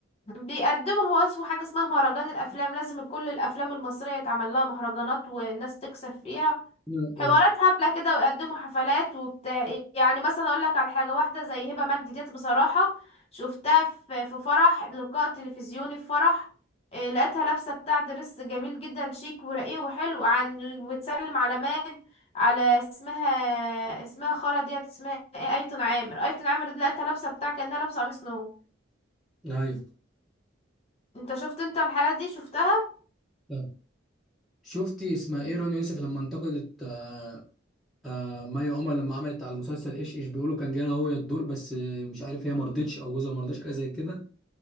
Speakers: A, on the left (about 30°); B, in the centre.
A: بيقدموا هو اسمه حاجه اسمها مهرجان الافلام لازم كل الافلام المصريه يتعمل لها مهرجانات والناس تكسب فيها
B: لا،
A: حوارات
B: لا،
A: هبلة كده ويقدموا حفلات وبتاع يعني مثلا اقول لك على حاجة واحدة زي هبة مجدي ديت بصراحة شفتها في في فرح لقاء تلفزيوني في فرح إيه، لقيتها لابسة بتاع درس جميل جدا شيك ورقيق وحلو عن وتسلم على مان على اسمها اسمها خالة ديت اسمها ايه ايتن عامر ايتن عامر دي لقيتها لابسة بتاع كأنها لابسة قميص نو
B: لا. ايوه
A: انت شفت انت الحالات دي شفتها
B: طب شفتي اسمها ايه رانيا يوسف لما انتقدت آه، آه مي عمر لما عملت على المسلسل ايش ايش بيقولوا كان جاي لها هو الدور بس آه، مش عارف هي ما رضتش او جوزها ما رضاش حاجه زي كده